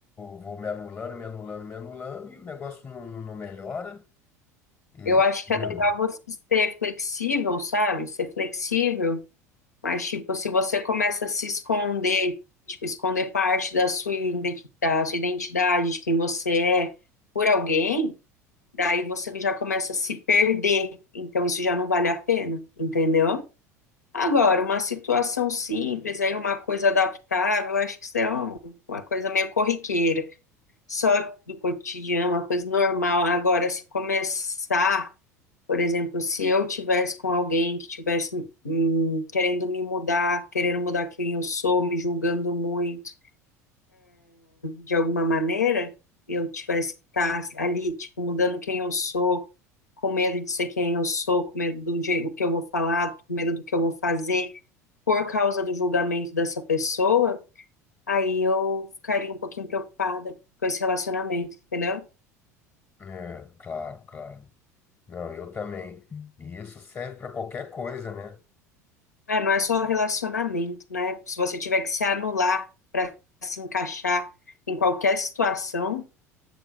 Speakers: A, on the left; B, on the left.
A: vou me anulando, me anulando, me anulando, e o negócio não, não não melhora. E,
B: Eu acho que
A: entendeu?
B: é legal você ser flexível, sabe? Ser flexível, mas tipo, se você começa a se esconder, tipo, esconder parte da sua identidade da sua identidade, de quem você é, por alguém, daí você já começa a se perder. Então isso já não vale a pena, entendeu? Agora, uma situação simples, aí uma coisa adaptável, eu acho que isso é um- uma coisa meio corriqueira. só do cotidiano, uma coisa normal. Agora, se começar, por exemplo, se eu tivesse com alguém que tivesse hum, querendo me mudar, querendo mudar quem eu sou, me julgando muito de alguma maneira, eu tivesse que estar ali, tipo, mudando quem eu sou, com medo de ser quem eu sou, com medo do jeito que eu vou falar, com medo do que eu vou fazer, por causa do julgamento dessa pessoa, aí eu ficaria um pouquinho preocupada com esse relacionamento, entendeu?
A: É, claro, claro. Não, eu também. E isso serve para qualquer coisa, né?
B: É, não é só relacionamento, né? Se você tiver que se anular para se encaixar em qualquer situação